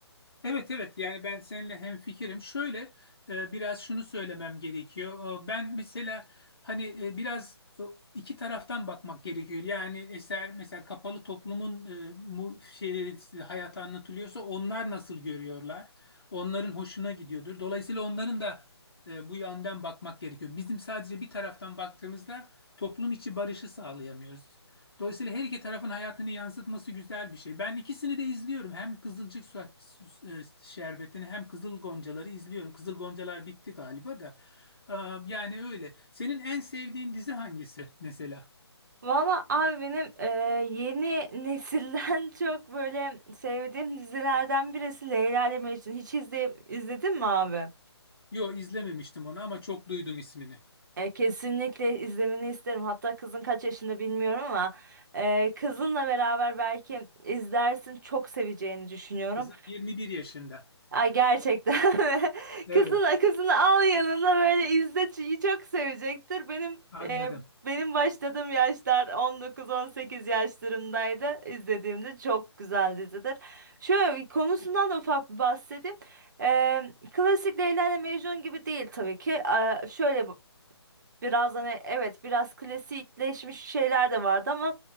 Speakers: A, on the left (about 60°); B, on the right (about 45°).
A: Evet evet yani ben seninle hemfikirim. Şöyle e, biraz şunu söylemem gerekiyor. E, ben mesela hani e, biraz e, iki taraftan bakmak gerekiyor. Yani eser mesela kapalı toplumun e, mu, şeyleri hayatı anlatılıyorsa onlar nasıl görüyorlar? Onların hoşuna gidiyordur. Dolayısıyla onların da e, bu yönden bakmak gerekiyor. Bizim sadece bir taraftan baktığımızda toplum içi barışı sağlayamıyoruz. Dolayısıyla her iki tarafın hayatını yansıtması güzel bir şey. Ben ikisini de izliyorum. Hem Kızılcık Su- Su- e, Şerbeti'ni hem Kızıl Goncaları izliyorum. Kızıl Goncalar bitti galiba da. Ee, Yani öyle. Senin en sevdiğin dizi hangisi mesela?
B: Valla abi benim e, yeni nesilden <laughs> çok böyle sevdiğim dizilerden birisi Leyla ile Mecnun. Hiç izleyip izledin mi abi?
A: Yo izlememiştim onu ama çok duydum ismini.
B: E, kesinlikle izlemeni isterim. Hatta kızın kaç yaşında bilmiyorum ama e, kızınla beraber belki izlersin. Çok seveceğini düşünüyorum.
A: Kızım 21 yaşında.
B: Ay gerçekten. <laughs>
A: Evet,
B: Kızını kızını al yanına böyle izle çünkü çok sevecektir. Benim
A: anladım.
B: e, benim başladığım yaşlar 19-18 yaşlarımdaydı. İzlediğimde çok güzel dizidir. Şöyle bir konusundan da ufak bir bahsedeyim. E, klasik Leyla ile Mecnun gibi değil tabii ki. E, şöyle Biraz hani evet biraz klasikleşmiş şeyler de vardı ama